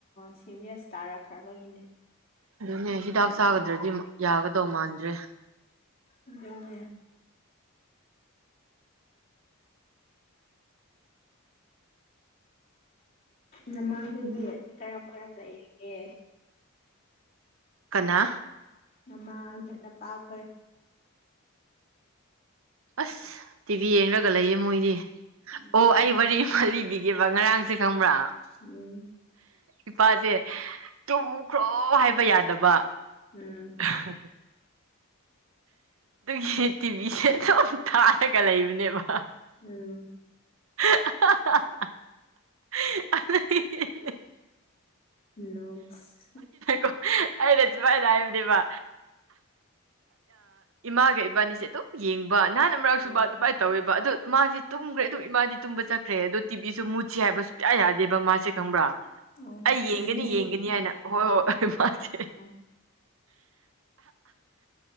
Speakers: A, on the left; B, on the right.
A: ꯁꯤꯔꯤꯁ ꯇꯥꯔꯛꯈ꯭ꯔꯕꯒꯤꯅꯦ
B: ꯑꯗꯨꯅꯦ ꯍꯤꯗꯥꯛ ꯆꯥꯒꯗ꯭ꯔꯗꯤ ꯌꯥꯒꯗꯧ ꯃꯥꯟꯗ꯭ꯔꯦ
A: ꯑꯗꯨꯅꯦ <inaudible> ꯅꯃꯥꯈꯣꯢꯗꯤ ꯀꯔꯝ ꯀꯔꯝ ꯂꯩꯔꯤꯒꯦ
B: ꯀꯅꯥ
A: ꯅꯃꯥꯈꯣꯢ ꯅꯄꯥꯈꯣꯢ
B: ꯑꯁ ꯇꯤꯚꯤ ꯌꯦꯡꯔꯒ ꯂꯩꯌꯦ ꯃꯣꯏꯗꯤ
A: ꯎꯝ
B: ꯑꯣ ꯑꯩ ꯋꯥꯔꯤ ꯑꯃ ꯂꯤꯕꯤꯒꯦꯕ ꯉꯔꯥꯡꯁꯦ ꯈꯪꯕ꯭ꯔꯥ
A: ꯎꯝ
B: ꯏꯄꯥꯁꯦ ꯇꯨꯈ꯭ꯔꯣ ꯍꯥꯏꯕ ꯌꯥꯗꯕ
A: ꯎꯝ
B: ꯑ <inaudible> ꯑꯗꯨꯒꯤ ꯇꯤꯚꯤꯁꯦ ꯑꯗꯨꯝ ꯊꯥꯔꯒ ꯂꯩꯕꯅꯦꯕ
A: ꯎꯝ
B: ꯑ <unintelligible>
A: ꯎꯣ <unintelligible>
B: ꯀꯣ ꯑꯩꯅ ꯁꯨꯃꯥꯏꯅ ꯍꯥꯏꯕꯅꯦꯕ ꯏꯃꯥꯒ ꯏꯕꯥꯅꯤꯁꯦ ꯑꯗꯨꯝ ꯌꯦꯡꯕ ꯅꯍꯥꯟ ꯃꯔꯛꯁꯨꯨ
A: ꯎꯝ
B: ꯑꯗꯨꯃꯥꯏꯅ ꯇꯧꯋꯦꯕ ꯑꯣ ꯃꯥꯁꯦ ꯇꯨꯝꯈ꯭ꯔꯦ ꯑꯗꯨꯝ ꯏꯃꯥꯗꯤ ꯇꯨꯝꯕ ꯆꯠꯈ꯭ꯔꯦ ꯑꯗꯣ ꯇꯤꯕꯤꯁꯨ ꯃꯨꯠꯁꯤ ꯍꯥꯏꯕ ꯁꯨꯡꯌꯥ ꯌꯥꯗꯦꯕ ꯃꯥꯁꯦ ꯈꯪꯕ꯭ꯔꯥ
A: ꯑꯣ
B: ꯑꯩ ꯌꯦꯡꯒꯅꯤ
A: ꯌꯦꯡ
B: ꯌꯦꯡꯒꯅꯤ ꯍꯥꯏꯅ ꯍꯣꯏ ꯍꯣꯏ ꯃꯥꯁꯦ
A: <inaudible>